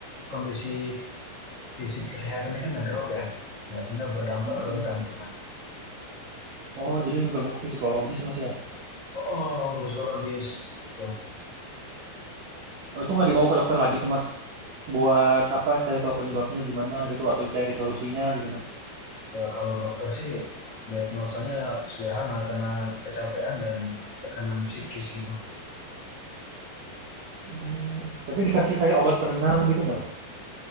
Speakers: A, on the left; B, on the right.
A: kondisi fisik kesehatannya kan ngedrop ya. Nah sehingga berdampak
B: Mm-mm.
A: ke kandungan
B: oh jadi ngeganggu ke psikologis ya, Mas ya.
A: Oh, psikologis. Tuh.
B: Oh, itu nggak dibawa ke dokter lagi tuh Mas. Buat apa cari tahu penyebabnya gimana gitu atau cari solusinya gitu Mas.
A: Ya kalau dokter sih diagnosanya sederhana karena kecapean dan tekanan psikis gitu.
B: Hmm, tapi dikasih kayak obat penenang gitu nggak Mas?